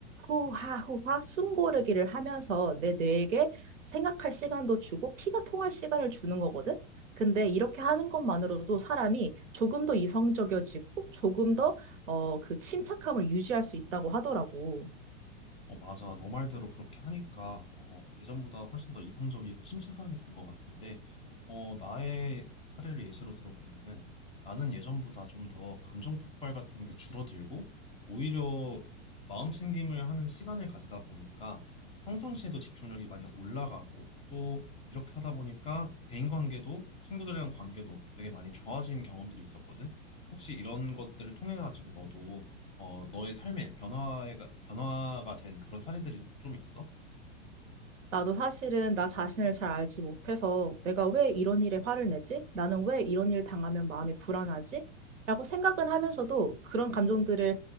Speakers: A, on the right (about 80°); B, on the left (about 15°).
A: 후하 후하 숨 고르기를 하면서 내 뇌에게 생각할 시간도 주고 피가 통할 시간을 주는 거거든. 근데 이렇게 하는 것만으로도 사람이 조금 더 이성적이어지고 조금 더 어, 그 침착함을 유지할 수 있다고 하더라고.
B: 어, 맞아. 너 말대로 그렇게 하니까, 어, 예전보다 훨씬 더 이성적이고 침착하게 된 것 같은데, 어, 나의 사례를 예시로 들어보면은, 나는 예전보다 좀 더 감정 폭발 같은 게 줄어들고, 오히려 마음 챙김을 하는 시간을 가지다 보니까, 평상시에도 집중력이 많이 올라가고, 또 이렇게 하다 보니까 대인관계도, 친구들이랑 관계도 되게 많이 좋아진 경험들이 있었거든. 혹시 이런 것들을 통해 가지고 너도 어, 너의 삶에 변화가, 변화가 된 그런 사례들이 좀좀 있어?
A: 나도 사실은 나 자신을 잘 알지 못해서 내가 왜 이런 일에 화를 내지? 나는 왜 이런 일 당하면 마음이 불안하지? 라고 생각은 하면서도 그런 감정들을